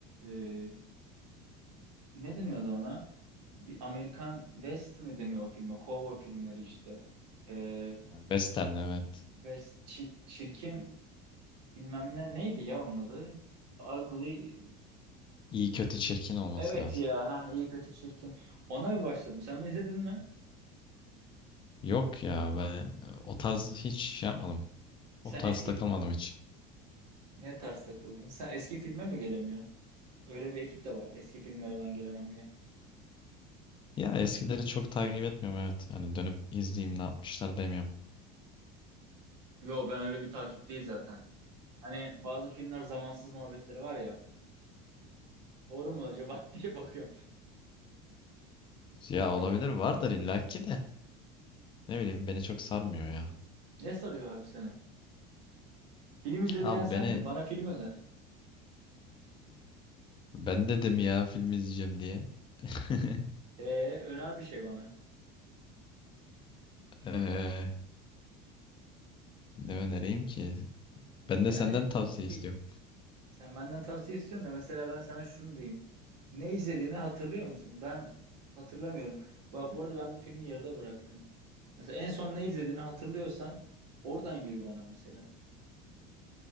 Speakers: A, on the right (about 90°); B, on the left (about 25°).
A: Ee, ne deniyordu ona? Bir Amerikan West mi deniyor o filme? Cowboy filmleri işte. Ee,
B: Ha, Western evet.
A: West çir- çirkin bilmem ne neydi ya onun adı? Ugly.
B: İyi kötü çirkin olması
A: Evet
B: lazım.
A: ya ha iyi kötü çirkin. Ona bir başladım. Sen onu izledin mi?
B: Yok ya ben e, o tarz hiç şey yapmadım.
A: Sen
B: O tarz
A: eski
B: takılmadım hiç.
A: ne tarz takıldın? Sen eski filme mi gelemiyorsun? Öyle bir ekip de var. Eski filmlere ben gelemem diyen.
B: Ya eskileri çok takip etmiyorum evet. Hani dönüp izleyeyim ne yapmışlar demiyorum.
A: Yo ben öyle bir takip değil zaten. Hani bazı filmler zamansız muhabbetleri var ya. Doğru mu acaba <laughs> diye bakıyorum
B: Ya
A: harbiden.
B: olabilir vardır illaki de. Ne bileyim beni çok sarmıyor ya.
A: Ne sarıyor abi seni? Film izle
B: Abi
A: diyen sendin.
B: beni
A: Bana film öner.
B: ben dedim ya film izleyeceğim diye. <laughs>
A: Ee, öner bir şey bana.
B: Ee, ne önereyim ki? Ben
A: Yani
B: de senden tavsiye
A: bir,
B: istiyorum.
A: sen benden tavsiye istiyorsun da mesela ben sana şunu diyeyim. Ne izlediğini hatırlıyor musun? Ben hatırlamıyorum. Ba- bu arada ben bu filmi yarıda bıraktım. Mesela en son ne izlediğini hatırlıyorsan oradan yürü bana mesela.